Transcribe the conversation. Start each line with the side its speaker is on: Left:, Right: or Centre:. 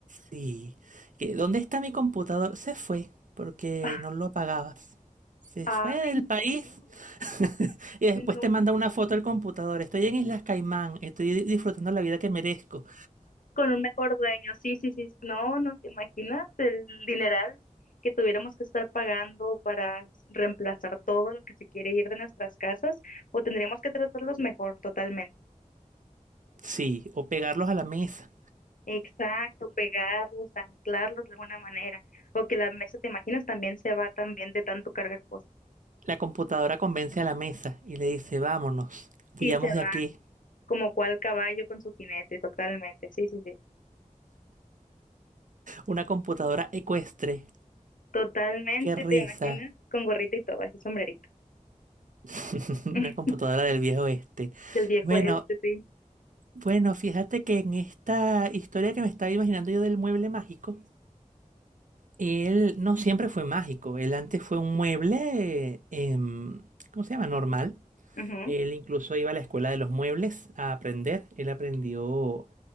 Right: sí. Que, ¿dónde está mi computador? Se fue porque
Left: <laughs>
Right: no lo apagabas. Se
Left: Ay,
Right: fue del país
Left: no,
Right: <laughs> y después
Left: no,
Right: te manda una foto del computador. Estoy en Islas Caimán, estoy di- disfrutando la vida que merezco.
Left: con un mejor dueño, sí, sí, sí, no, no te imaginas el dineral que tuviéramos que estar pagando para reemplazar todo lo que se quiere ir de nuestras casas o tendríamos que tratarlos mejor totalmente.
Right: Sí, o pegarlos a la mesa.
Left: Exacto, pegarlos, anclarlos de alguna manera, o que la mesa, te imaginas, también se va también de tanto cargar cosas
Right: La computadora convence a la mesa y le dice, vámonos,
Left: y
Right: huyamos
Left: se
Right: de
Left: va
Right: aquí.
Left: como cual caballo con su jinete, totalmente, sí, sí, sí,
Right: Una computadora ecuestre.
Left: totalmente,
Right: Qué risa.
Left: te imaginas, con gorrito y todo, así sombrerito,
Right: <laughs> Una
Left: <laughs>
Right: computadora del viejo oeste.
Left: del viejo
Right: Bueno,
Left: este, sí,
Right: bueno, fíjate que en esta historia que me estaba imaginando yo del mueble mágico, él no siempre fue mágico. Él antes fue un mueble, em, ¿cómo se llama? Normal.
Left: ujú, ujú.
Right: Él incluso iba a la escuela de los muebles a aprender. Él aprendió,